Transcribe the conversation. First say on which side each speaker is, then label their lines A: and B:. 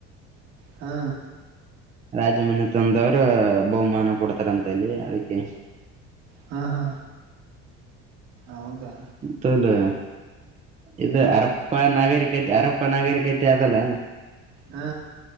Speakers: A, on the right (about 65°); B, on the right (about 25°).
A: ಹಾ
B: ರಾಜಮಾನ ತಂದವ್ರ ಬಹುಮಾನ ಕೊಡತ ಹತರ ಅಂತ ಇಲ್ಲಿ ಅದಕ್ಕೆ
A: ಹಾ ಹಾ ಹೌದಾ
B: ತಲೆ ಇದು
A: ಹಾ
B: ಅರಪ್ಪ ನಾಗರಿಕ ಯರಪ್ಪ ನಾಗರಿಕತೆ ಅದಲ್ಲ
A: ಹ್ಮ